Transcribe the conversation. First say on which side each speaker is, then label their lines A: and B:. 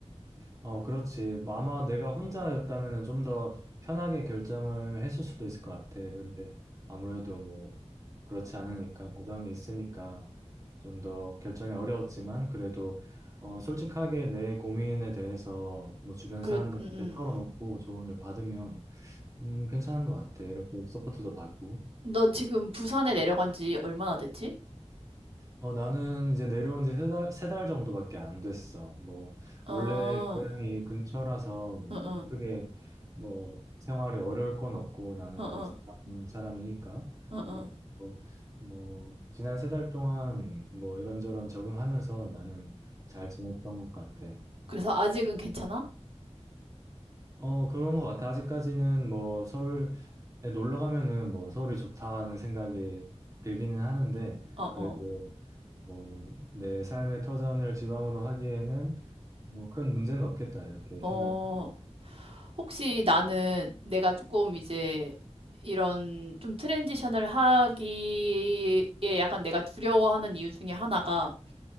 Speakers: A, on the right; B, on the right.
A: 어, 그렇지. 뭐 아마 내가 혼자였다면 좀 더 편하게 결정을 했을 수도 있을 것 같아. 근데 아무래도 뭐 그렇지 않으니까, 가정이 있으니까 좀 더 결정이 어려웠지만 그래도 어, 솔직하게 내 고민에 대해서 뭐 주변
B: 그래,
A: 사람들한테
B: 음, 음.
A: 털어놓고 조언을 받으면 음, 괜찮은 것 같아. 이렇게 서포트도 받고.
B: 너 지금 부산에 내려간 지 얼마나 됐지?
A: 어, 나는 이제 내려온 지 세 달, 세 달 정도밖에 안 됐어. 뭐,
B: 어,
A: 원래
B: 어,
A: 고향이 근처라서 뭐,
B: 어,
A: 크게 뭐, 생활이 어려울 건 없고, 나는
B: 어, 어,
A: 원래 지방 사람이니까.
B: 어, 어.
A: 그래서 뭐, 지난 세 달 동안 뭐, 이런저런 적응하면서 나는 잘 지냈던 것 같아.
B: 그래서 아직은 괜찮아?
A: 어, 그런 것 같아. 아직까지는 뭐 서울에 놀러 가면은 뭐 서울이 좋다는 생각이 들기는 하는데,
B: 어,
A: 그래도
B: 어,
A: 뭐 내 삶의 터전을 지방으로 하기에는 뭐 큰 문제는 없겠다. 이렇게
B: 어.
A: 생각을 하고 있어.
B: 혹시 나는 내가 조금 이제 이런 좀 트랜지션을 하기에 약간 내가 두려워하는 이유 중에 하나가